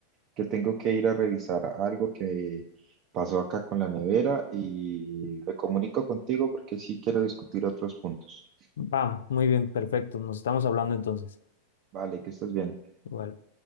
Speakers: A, on the right; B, on the left.
A: que tengo que ir a revisar algo que pasó acá con la nevera y me comunico contigo porque sí quiero discutir otros puntos.
B: Va, muy bien, perfecto. Nos estamos hablando entonces.
A: Vale, que estés bien.
B: Igual.